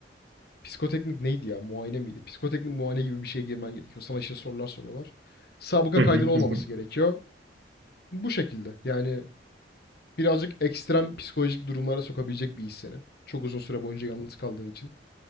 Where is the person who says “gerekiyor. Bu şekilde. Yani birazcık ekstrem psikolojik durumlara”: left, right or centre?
Left